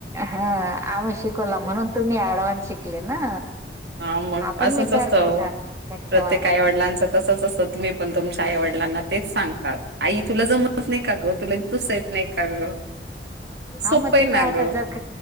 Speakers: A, on the right (about 15°); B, on the right (about 75°).
A: हा आम्ही शिकवला म्हणून तुम्ही ऍडव्हान्स शिकले ना.
B: हा मग
A: आपण
B: असंच
A: विचार
B: असत
A: करा
B: प्रत्येक
A: ठेवावा
B: आई वडिलांच. तसंच अससं तुम्ही पण तुमच्या आई वडिलांना तेच सांगतात. आई तुला जमत नाही का ग, तुला इत्तू सा येत नाही का ग, सोपय
A: हा मग ते
B: ना
A: काय आता
B: ग.
A: जग